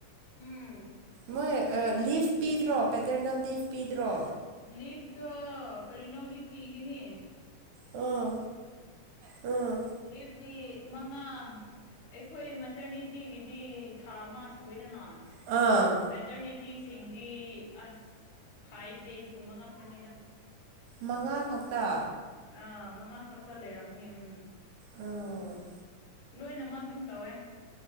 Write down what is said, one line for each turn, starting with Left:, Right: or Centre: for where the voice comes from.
Left: ꯎꯝ
Right: ꯃꯣꯏ ꯂꯤꯐ ꯄꯤꯗ꯭ꯔꯣ ꯄꯦꯇꯔꯅꯦꯜ ꯂꯤꯐ ꯄꯤꯗ꯭ꯔꯣ
Left: ꯂꯤꯐꯇꯣ ꯀꯔꯤꯅꯣꯗꯤ ꯄꯤꯒꯅꯤ
Right: ꯑꯣ ꯑꯥ
Left: ꯂꯤꯞꯗꯤ ꯃꯉꯥ ꯑꯩꯈꯣꯏ ꯃꯇꯔꯅꯤꯇꯤꯒꯤꯗꯤ ꯊꯥ ꯑꯃ ꯁꯨꯋꯦꯗꯅ
Right: ꯑꯥ
Left: ꯄꯦꯇꯔꯅꯤꯇꯤꯁꯤꯡꯗꯤ ꯑꯁ ꯐꯥꯏꯚ ꯗꯦꯖꯀꯨꯝꯕ ꯉꯥꯛꯀꯅꯤꯗ
Right: ꯃꯉꯥ ꯈꯛꯇ
Left: ꯑꯥ ꯃꯉꯥ ꯈꯛꯇ ꯂꯩꯔꯝꯅꯤ ꯎꯝ
Right: ꯑꯥ
Left: ꯂꯣꯏꯅꯃꯛ ꯑꯗꯨꯝ ꯇꯧꯋꯦ